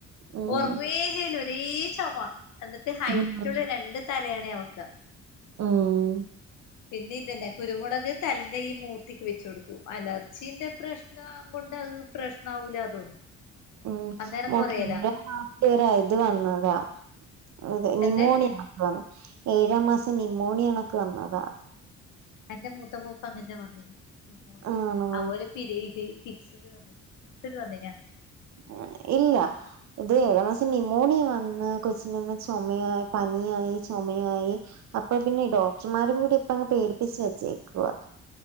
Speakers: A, on the right; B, on the left.
A: ഉം
B: ഉറങ്ങേ ചെയ്ല. അതചുമ അനിട്ട്ഹൈറ്റ്
A: ഉം
B: ഉള്ള രണ്ട് തലയാണ വെക്ക
A: ഓം
B: പിന്നെ ഇതന്നെ കുരുമുളക് തലിന്റെ ഈ മൂർത്തിക്ക് വെച്ച കൊടുക്കു അലർജിന്റെ പ്രശ്നം. ഇ കൊണ്ട് അത് പ്രശ്ന ആവൂല തോന്നും.
A: ഉം
B: അന്നേരം
A: മോക്ക്
B: കൊറയലാണ്
A: ഇത് വന്നതാ അത് നിമോണിയ.
B: എന്റെ
A: ഏഴാം മാസം നിമോണിയ ആണൊക്കെ വന്നതാ.
B: എന്റെ മൂത്ത മൂപ്പ് അങ്ങനെ വന്നിന്മോണിയ
A: ആണോ
B: അപോലെ ഇ ഫക്ഡ് വന്നിന്. ഫിസിക്സ്ട് വനി ന
A: ഉ ഇല്ല. ഇത് ഏഴാമാസം ന്യമോണിയ വന്ന് കൊച്ചിന ചുമയായി പനിയായി ചുമയായി. അപ്പൊ പിന്നെ ഡോക്ടർമാരും കൂടി ഇപ്പ അങ്ങ് പേടിപ്പിച്ച് വെച്ചേക്കുവ.